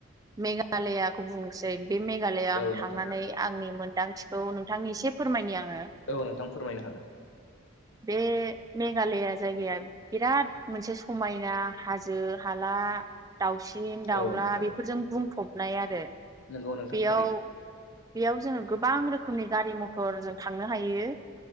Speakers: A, on the right (about 15°); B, on the left (about 75°).
A: मेघालयाखौ बुंनोसै बे मेघालयआव
B: औ
A: आं
B: नोंथां
A: थांनानै आंनि मोन्दांथिखौ नोंथांनि एसे फोरमायनि आं।
B: औ नोंथां फोरमायनो हागोन।
A: बे मेघालया जायगाया बिराद मोनसे समायना हाजो हाला दाउसिन दाउला
B: औ नोंथां
A: बेफोरजों बुंफबनाय आरो
B: नंगौ नोंथां
A: बेयाव
B: थारैनो
A: बेयाव जोङो गोबां रोखोमनि गारि मथर जों थांनो हायो